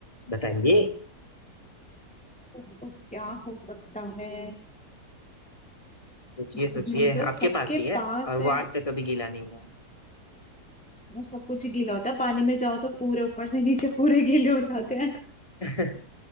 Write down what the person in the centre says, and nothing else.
सब तो क्या हो सकता है
हम्म,
जो सबके
पास
है
वो सब कुछ ही गीला होता है पानी में जाओ तो पूरे ऊपर से नीचे पूरे गीले हो जाते हैं